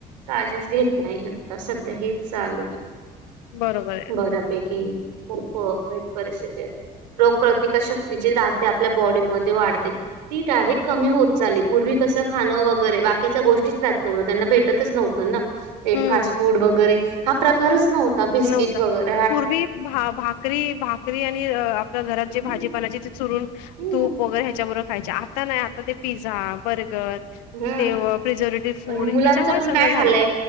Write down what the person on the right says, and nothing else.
काळजीच घेत नाही आता सध्या हेच चालू
बऱयापैकी ई खूप अ वाईट परिस्थिती आहेत रोगप्रतिकारशक्ती जी राहते आपल्या बॉडीमध्ये वाढते ती डायरेक्ट कमी होत चाली पूर्वी कसं खाणं वगैरे बाकीच्या गोष्टीच राहत नव्हतं त्यांना भेटतच नव्हतं ना ते
फास्ट फूड वगैरे हा प्रकारच नव्हता बिस्किट
वगेरे
हम्म
हम्म
हम्म.
पण मुलांच
पण काय
झालंय